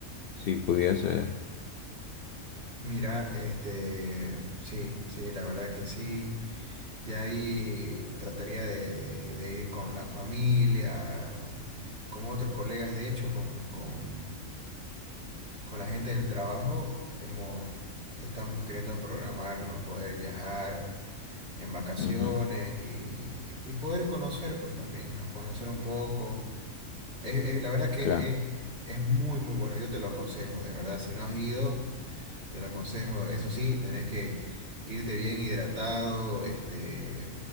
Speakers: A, on the left; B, on the right.
A: Si pudiese.
B: Mira, este, sí, sí, la verdad que sí. Ya ahí trataría de, de- de ir con la familia, con otros colegas, de hecho, con, con, con la gente del trabajo, hemos, estamos queriendo programar, ¿no? Poder viajar en vacaciones
A: Ujú,
B: y, y- y poder conocer pues también, ¿no? Conocer un poco. Es, es- la verdad que
A: Claro.
B: es, es muy, muy bueno. Yo te lo aconsejo, de verdad. Si no has ido, te lo aconsejo. Eso sí, tenés que irte bien hidratado, este,